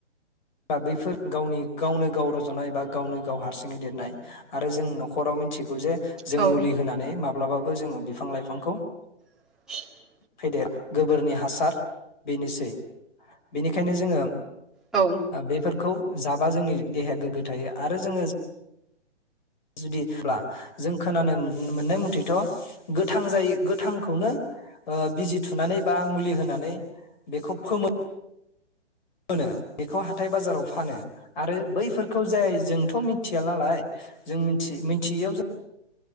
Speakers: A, on the left; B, in the centre.
A: दा बैफोर गावनि गावनो गाव रजनाय बा गावनो गाव हारसिङै देरनाय आरो जों नखराव मिथिगौ जे जों
B: औ
A: मुलि होनानै माब्लाबा बो जोङो बिफां लाइफांखौ
B: <inaudible>
A: फेदेर गोबोरनि हासार बेनोसै बेनिखायनो जोङो
B: औ
A: बेफोर खौ जाबा जोंनि देहाया गोग्गो थायो आरो जोङो जुदि <unintelligible> जों खोनानो मोननाय मथेथ' गोथां जाय गोथांखौनो बिजि थुनानै बा मुलि होनानै बेखौ फोमो मोनो बेखौ हाथाय बाजाराव फानो आरो बैफोरखौ जाय जोंथ' मिथिया नालाय जोंथि मिथियैयाव जों